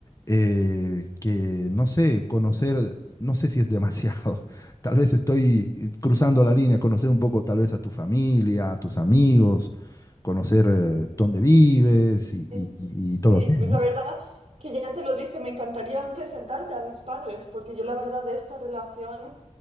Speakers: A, on the left (about 25°); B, on the right (about 55°).
A: eh, que no sé, conocer, no sé si es demasiado, <laughs> tal vez estoy eh, cruzando la línea, conocer un poco tal vez a tu familia, a tus amigos, conocer eh, dónde vives y,
B: Sí,
A: y- y- y todo
B: Sí,
A: aquello,
B: la
A: ¿no?
B: verdad que ya te lo dije, me encantaría presentarte a mis padres, porque yo la verdad de esta relación